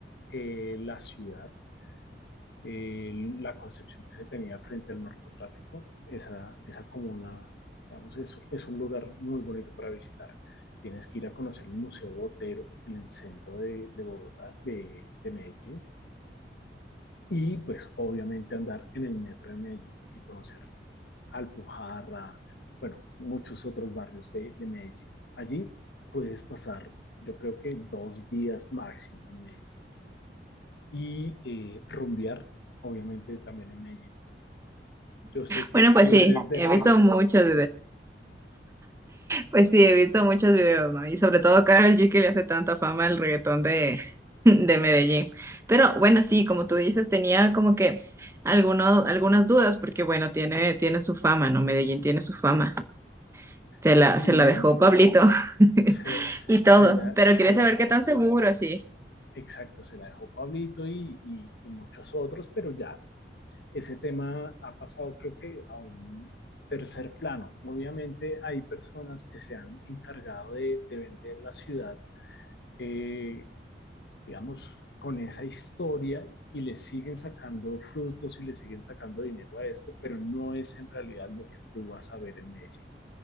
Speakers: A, on the left (about 70°); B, on the right (about 15°).
A: eh, la ciudad, eh, la concepción que se tenía frente al narcotráfico. Esa, esa comuna, digamos, es, es un lugar muy bonito para visitar tienes que ir a conocer el Museo Botero en el centro de, de Bogotá, de, de, Medellín, y pues obviamente andar en el metro de Medellín y conocer Alpujarra, bueno, muchos otros barrios de, de Medellín. Allí puedes pasar, yo creo que dos días máximo en Medellín. Y eh, rumbear, obviamente, también en Medellín. Yo sé que
B: Bueno, pues
A: tú
B: sí,
A: eres de
B: he
A: reggaetón.
B: visto muchos. Pues sí, he visto muchos videos, ¿no? Y sobre todo Karol G que le hace tanta fama al reggaetón de, <laughs> de Medellín. Pero bueno, sí, como tú dices, tenía como que alguno- algunas dudas, porque bueno, tiene, tiene su fama, ¿no? Medellín tiene su fama. Se
A: Sí,
B: la, se la dejó Pablito <laughs>
A: se, se,
B: y todo.
A: se la,
B: Pero
A: se
B: quería
A: la
B: saber
A: dejó,
B: qué tan seguro así.
A: exacto, se la dejó Pablito y, y, y muchos otros, pero ya ese tema ha pasado creo que a un tercer plano. Obviamente hay personas que se han encargado de, de vender la ciudad, eh, digamos, con esa historia y le siguen sacando frutos y le siguen sacando dinero a esto, pero no es en realidad lo que tú vas a ver en Medellín.